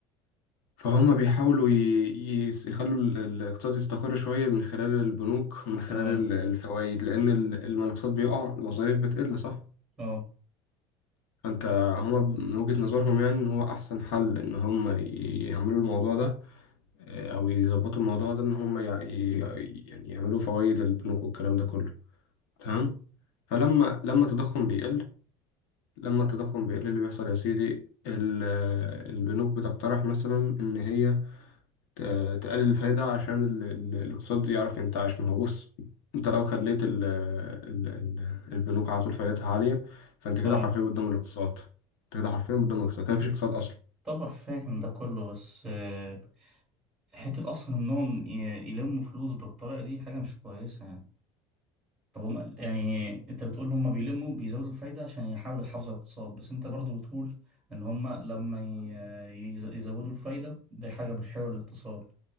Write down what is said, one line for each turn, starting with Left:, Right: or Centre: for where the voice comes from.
Left: فهم بيحاولوا ي... ي- يخلوا ال- الاقتصاد يستقر شوية من خلال البنوك من خلال
Centre: اه
Left: الفوائد لأن ال- لما الاقتصاد بيقع الوظائف بتقل صح
Centre: اه
Left: فانت هما من وجهة نظرهم يعني ان هو احسن حل ان هما ي- يعملوا الموضوع ده آه، او يظبطوا الموضوع ده ان هما يع- ي- يعني يعملوا فوائد البنوك والكلام ده كله تمام فلما لما التضخم بيقل لما التضخم بيقل اللي بيحصل يا سيدي ال- آه، البنوك بتقترح مثلا ان هي ت- تقلل الفايدة عشان ال- ال- الاقتصاد يعرف ينتعش ما هو بص انت لو خليت ال ال ال البنوك على طول فايدتها عالية فانت كده
Centre: اه
Left: حرفيا بتدمر الاقتصاد انت كده حرفيا بتدمر الاقتصاد كان مفيش اقتصاد اصلا
Centre: طبعا فاهم ده كله بس آه، حتة أصلا إنهم ي- يلموا فلوس بالطريقة دي حاجة مش كويسة يعني طب هم يعني أنت بتقول إن هم بيلموا بيزودوا الفايدة عشان يحاولوا يحافظوا على الاقتصاد بس أنت برضو بتقول إن هم لما ي- يز- يزودوا الفايدة دي حاجة مش حلوة للاقتصاد